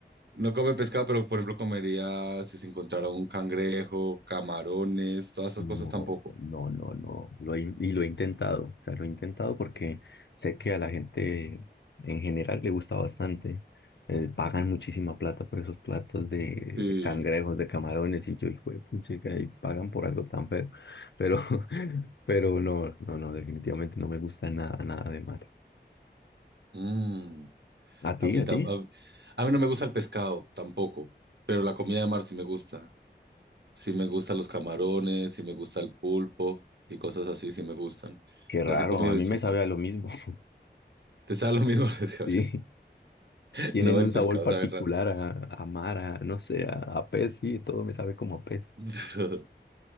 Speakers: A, on the right; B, on the left.
A: no come pescado, pero por ejemplo comería si se encontrara un cangrejo, camarones, todas esas
B: No,
A: cosas tampoco.
B: no, no, no. Lo he in- y lo he intentado. O sea, lo he intentado porque sé que a la gente en general le gusta bastante. Eh, pagan muchísima plata por esos platos de,
A: Sí.
B: de cangrejos, de camarones, y yo, hijo de puchica, y pagan por algo tan feo. Pero, <laughs> pero no, no, no, definitivamente no me gusta nada, nada de mar.
A: Mm.
B: ¿A ti,
A: A mí,
B: a
A: tam-
B: ti?
A: a, a mí no me gusta el pescado tampoco, pero la comida de mar sí me gusta. Sí me gustan los camarones, sí me gusta el pulpo y cosas así, sí me gustan.
B: Qué raro,
A: Las he comido
B: a mí
A: y son
B: me sabe
A: buenas.
B: a lo mismo. <laughs>
A: Te sabe lo mismo, <laughs> lo de ahora.
B: Sí,
A: <laughs>
B: tienen
A: no,
B: un
A: el pescado
B: sabor particular
A: sabe raro.
B: a, a mar, a, no sé, a, a pez, sí, todo me sabe como a pez.
A: <laughs> Pero-